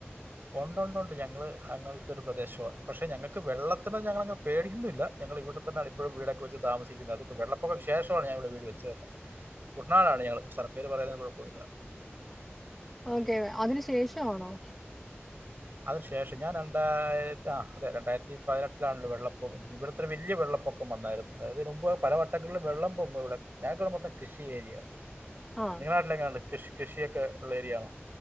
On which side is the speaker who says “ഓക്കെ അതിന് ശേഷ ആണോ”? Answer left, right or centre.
Centre